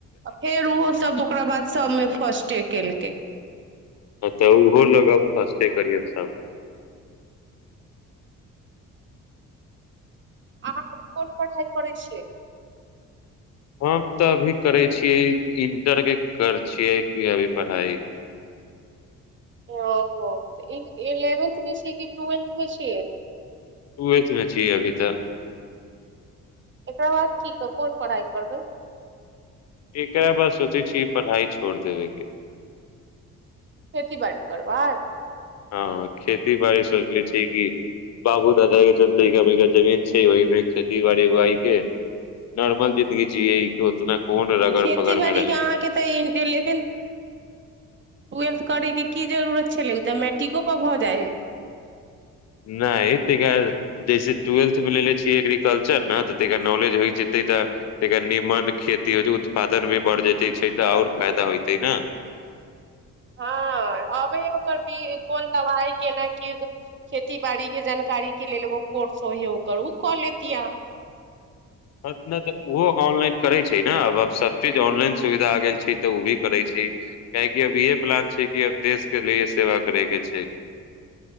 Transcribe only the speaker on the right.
आ फेर ओहो सब ओकरा बाद सबमे फर्स्टे केलकै
आ अी कोन पढ़ाइ करै छियै
ओ इलेवेन्थमे छै कि ट्वेल्थमे छै?
एकरा बाद की कह कोन पढ़ाइ करबै
खेती बाड़ी करबार
खेती
बाड़ी
के अहाँके तऽ एलेवें टेलथ करय के की जरूरत छलै ओ तऽ मैट्रिको पर भऽ जाइ है
हँ अबै हइ ओकर कोन दबाइ केना की खेती बाड़ी के जानकारी के लेल एगो कोर्स होइ हे ओकर ओ कऽ लेत अ